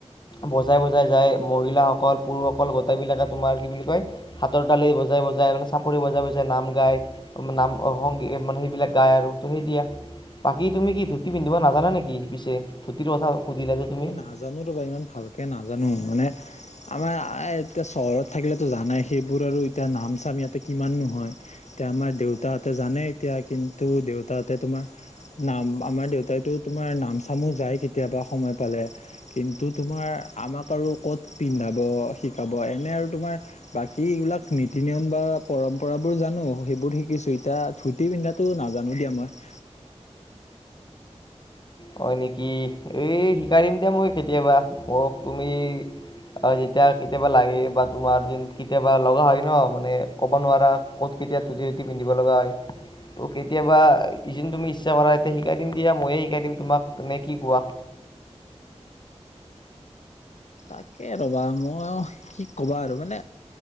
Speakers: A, on the left (about 40°); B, on the left (about 80°).
A: বজাই বজাই যায়, মহিলাসকল, পুৰুষসকল গোটেইবিলাকে তোমাৰ কি বুলি কয় হাতৰ তালি বজাই বজাই মানে চাপৰি বজাই বজাই নাম গায় নাম অ' সংগীত মানে সেইবিলাক গায় আৰু। তুমি দিয়া বাকী তুমি কি ধুতি পিন্ধিব নাজানা নেকি? পিছে ধুতিৰ কথা সুধিলে যে তুমি।
B: নাজানোতো বা ইমান ভালকে নাজানো মানে আমাৰ এতিয়া চহৰত থাকিলেতো জানাই সেইবোৰ আৰু এতিয়া নাম চাম ইয়াতে কিমাননো হয়। এতিয়া আমাৰ দেউতাহঁতে জানে এতিয়া কিন্তু দেউতাহঁতে তোমাৰ নাম আমাৰ দেউতাইতো তোমাৰ নাম চামো যায় কেতিয়াবা সময় পালে। কিন্তু তোমাৰ আমাক আৰু ক'ত পিন্ধাব, শিকাব এনে আৰু তোমাৰ বাকী এইবিলাক নীতি নিয়ম বা পৰম্পৰাবোৰ জানো, সেইবোৰ শিকিছোঁ। এতিয়া ধু তি পিন্ধাতো নাজানো দিয়া মই।
A: হয় নেকি? এই শিকাই দিম দিয়া মই কেতিয়াবা। ম তুমি আৰু যেতিয়া কেতিয়াবা লাগে বা তোমাৰ যেন কেতিয়াবা লগা হয় ন' মানে ক'ব নোৱাৰা ক'ত কেতিয়া ধুতি তুতি পিন্ধিব লগা হয়। ত' কেতিয়াবা ই যেন তুমি ইচ্ছা কৰা তেতিয়া শিকাই দিম দিয়া ময়ে শিকাই দিম তোমাক নে কি কোৱা?
B: তাকে ৰ'বা মই কি ক'বা আৰু মানে